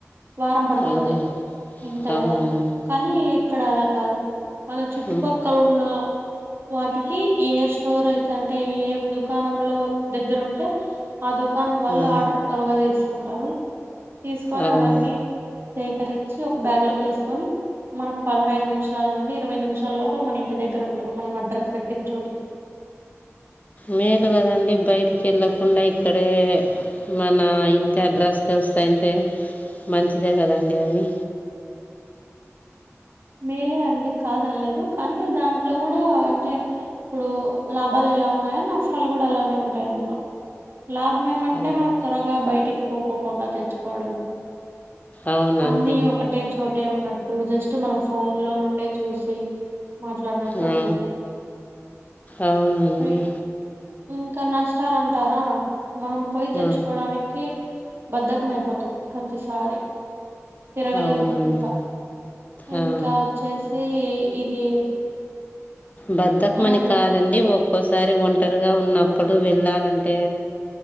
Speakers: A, on the right (about 50°); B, on the left (about 30°).
A: వారం పడ్తుంది.
B: ఆ.
A: ఎంత లేదన్నా
B: అవునండి
A: కానీ అక్కడ అలా కాదు మన చుట్టుపక్కలున్న
B: ఉమ్
A: వాటికి ఏ స్టోర్ అయితే అంటే ఏ దుకాణంలో దగ్గరుంటే ఆ దుకాణం వాళ్ళు
B: ఉమ్
A: ఆర్డర్ త్వరగా తీస్కుంటారు తీస్కొనీ
B: అవును
A: అవన్నీ సేకరించి ఒక బ్యాగ్లోక్ కేస్కొని మనక్ పదహైదు నిమిషాల్ నుండి ఇరవై నిమిషాల లోపల మన ఇంటి దగ్గర ఉంటరు మనం అడ్రస్ పెట్టిన్ చోటకి
B: మేలు కదండి బైటికెళ్ళకుండా ఇక్కడే మన ఇంటి అడ్రెస్కి వస్తాయంటే మంచిదే కదండి అవి
A: మేలే అండి కాదన్లేదు కనీ దాంట్లో గుడా అంటే ఇప్పుడు లాభాల ఎలా ఉన్నాయో నష్టాల్ గుడా అలానే ఉంటాయి అందులో లాభం ఏమంటే
B: ఆ,
A: మనక్ త్వరగా బైటిక్ పోకోకుండా తెచ్చుకోవడం.
B: అవునండి.
A: అన్ని ఒకటే చోటే ఉన్నట్టు జస్ట్ ట్ మనం ఫోన్లో నుండే చూసి మాట్లాడినట్టు
B: ఆ
A: ఉంటుంది
B: అవునండి.
A: ఇ- ఇంకా నష్టాల్ అంటారా మనం పోయి తెచ్చుకోడానికి
B: ఆ
A: బధకం అయిపోతాం ప్రతిసారి తిరగలేము
B: అవునండి
A: ఇంకా
B: ఆ
A: ఇంకా వచ్చేసి ఇది
B: బద్దకమని
A: మనం
B: కాదండి ఒ ఒక్కోసారి ఒంటరిగా ఉన్నప్పుడు వెళ్ళాలంటే